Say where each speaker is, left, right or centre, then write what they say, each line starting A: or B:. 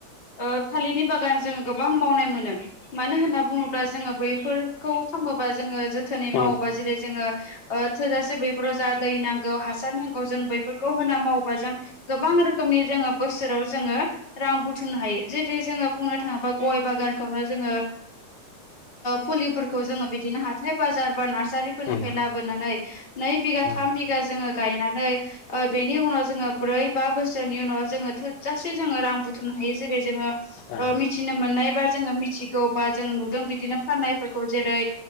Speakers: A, on the left; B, on the left.
A: ओ थालिरनि बागान जोंङो गोबां मावनाय मोनो। मानो होनना बुङोब्ला जोङो बैफोरखौ खालामामोबा जोङो जोथोनै
B: उम
A: मावोबा जेरै जोङो ओ थोजासे बैफोराव जा दै नांगौ हासार नांगौ जों बैफोरखौ होना मावोबा जों गोबां रोखोमनि जोंङो बोसोराव जोंङो रां बुथुमनो हायो जुदि जोङो बुंनो थांङोब्ला गय बागानखौनो जोङो फुलिफोरखौ जोंङो बिदिनो हाथाय बाजार बा नार्सारिफोरनिफ्राय
B: उम
A: लाबोनानै नै बिघा
B: उम
A: थाम बिगा जोंङो गायनानै ओ बेनि उनाव जोङो ब्रै बा बोसोरनि उनाव जोंङो थोजासे जोंङो रां बुथुमनो हायो जेरै जोंङो
B: औ
A: मिथिनो मोननाय बा जोङो मिथिगौ बा जों नुदों बिदिनो फाननायफोरखौ जेरै